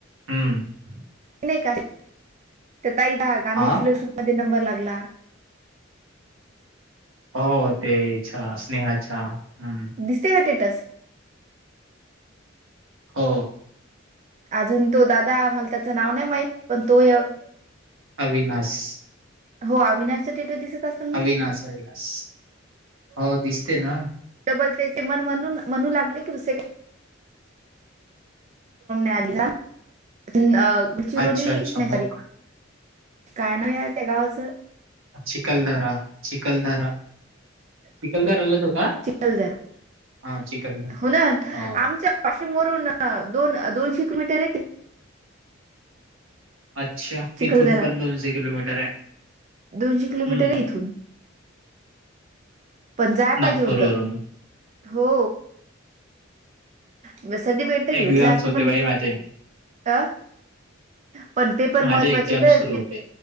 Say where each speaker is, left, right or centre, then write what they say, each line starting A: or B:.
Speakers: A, on the right; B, on the right.
A: हम्म.
B: नाही का, तर ताई ला गांधी
A: हा
B: फिलॉसॉफी मध्ये नंबर लागला.
A: हो ते हेच्या स्नेहा च्या हम्म.
B: दिसते काय टेट्स?
A: हो.
B: अजून तो दादा मला त्याचं नाव नाही माहित, पण तो एक
A: अविनास.
B: हो आविनासच स्टेटस दिसत असेल ना
A: अविनास, अविनास हो दिसते ना?
B: डबल तेण म्हणून, म्हणून लागली का दुसरीकडे आली ना, गडचिरोली
A: अच्छा अच्छा
B: नाही
A: मग
B: सॉरी. काय नाव त्या गावाचं?
A: चिकलदरा, चिकलदरा चिखलदरलाच होता.
B: चिखलदरा
A: हा चिखलदरा
B: हो ना आमच्या
A: हा
B: असे पाशीम वरून दोन, दोनशे किलोमीटर आहे ते.
A: अच्छा,
B: चिखलदरा
A: इथून पण दोनशे किलोमीटर हाय,
B: दोनशे किलोमीटर
A: हम्म, हम्म
B: आहे इथून पण जाय पाहिजे
A: नागपूरवरून
B: होत. हो म, सर्टिफिकेट तरी
A: एक्झाम्स
B: भेटला आज
A: होते
B: पण,
A: बाई माझे
B: अ. पण पेपर
A: माझे
B: महत्वाचे
A: एक्झाम्स
B: तर
A: सुरू
B: ते
A: होते.